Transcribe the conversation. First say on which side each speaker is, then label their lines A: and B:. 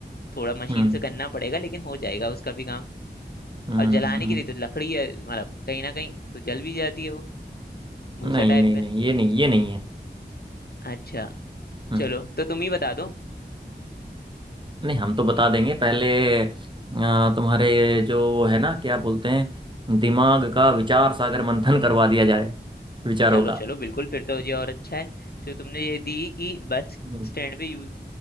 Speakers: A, on the left (about 60°); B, on the right (about 25°).
A: थोड़ा मशीन
B: हम्म
A: से करना पड़ेगा लेकिन हो जाएगा उसका भी काम
B: हम्म,
A: और जलाने
B: हम्म, हम्म।
A: के लिए तो लकड़ी है मतलब कहीं ना कहीं तो जल भी जाती है वो भूसा
B: नहीं
A: टाइप
B: नहीं
A: में
B: नहीं ये नहीं ये नहीं है
A: अच्छा
B: हम्म।
A: चलो तो तुम ही बता दो
B: नहीं हम तो बता देंगे पहले अ, तुम्हारे जो वो है ना क्या बोलते हैं दिमाग का विचार सागर मंथन करवा दिया जाए विचारों
A: चलो
B: का
A: चलो बिल्कुल फिर तो ये और अच्छा है जो तुमने ये दी कि बस
B: हम्म
A: स्टैंड पे यूज